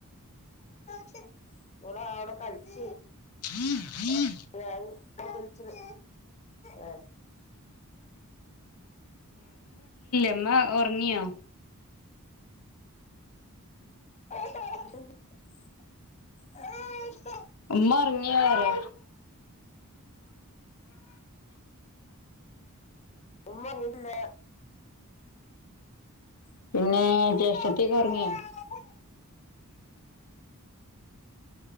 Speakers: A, on the left (about 30°); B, on the left (about 85°).
A: ട ഓൾ അവിട കളിച്ച
B: ആ് ആ
A: ഞാൻ വിളിച്ചിണ് ആ
B: മ്മ ഉറങ്ങിയോ
A: ആ
B: ഉമ്മ ഇറങ്ങിയ വറെ
A: മ്മ ഒറങ്ങീട്ടില്ല ആ
B: പിന്നെ ജ്യേഷ്ഠത്തിയൊക്കെ ഉറങ്ങിയോ